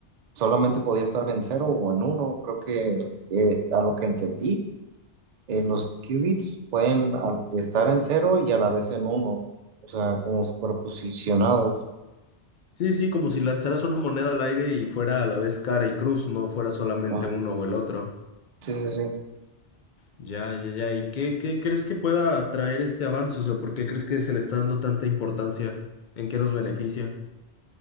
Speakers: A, on the right; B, on the left.
A: solamente podía estar en cero o en uno, creo que eh, a lo que entendí eh, los qubits pueden al- estar en cero y a la vez en uno, o sea, como superposicionados.
B: Sí, sí, como si lanzaras una moneda al aire y fuera a la vez cara y cruz, no fuera solamente
A: Ah,
B: uno o el otro.
A: sí, sí, sí.
B: Ya, ya, ya. ¿Y qué, qué crees que pueda traer este avance? O sea, ¿por qué crees que se le está dando tanta importancia? ¿En qué nos beneficia?